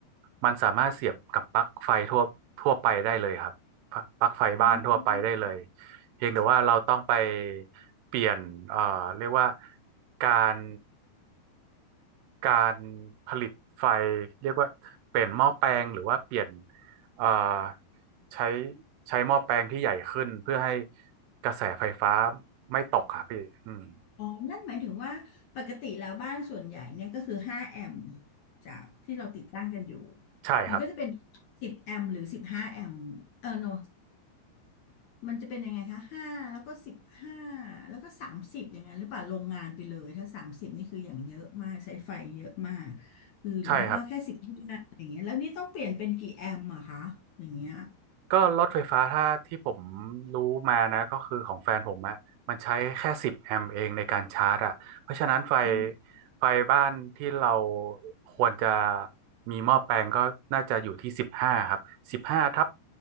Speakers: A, on the right (about 80°); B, on the left (about 55°).
A: มันสามารถเสียบกับปลั๊กไฟทั่วทั่วไปได้เลยครับปลั๊กปลั๊กไฟบ้านทั่วไปได้เลย
B: อ๋อ
A: เพียงแต่ว่าเราต้องไปเปลี่ยนเอ่อเรียกว่าการการผลิตไฟเรียกว่าเปลี่ยนหม้อแปลงหรือว่าเปลี่ยนเอ่อใช้ใช้หม้อแปลงที่ใหญ่ขึ้นเพื่อให้กระแสไฟฟ้าไม่ตกครับพี่อืม
B: อ๋อนั่นหมายถึงว่าปกติแล้วบ้านส่วนใหญ่เนี่ยก็คือ5แอมป์จากที่เราติดตั้งกันอยู่
A: ใช่ครับ
B: มันก็จะเป็น10แอมป์หรือ15แอมป์เออโนมันจะเป็นยังไงคะ5แล้วก็15แล้วก็30อย่างนั้นหรือเปล่าโรงงานไปเลยถ้า 30 นี่คืออย่างเยอะมากใช้ไฟเยอะมากคือหรือไม่ก็แค่15อย่างเงี้ยแล้วนี่ต้องเปลี่ยนเป็นกี่แอมป์อะคะอย่างเงี้ย
A: ใช่ครับ ก็รถไฟฟ้าถ้าที่ผมรู้มานะก็คือของแฟนผมอะมันใช้แค่สิบแอมป์เองในการชาร์จอะเพราะฉะนั้นไฟ
B: อ๋อ
A: ไฟบ้านที่เราควรจะมีหม้อแปลงก็น่าจะอยู่ที่สิบห้าครับสิบห้าทับ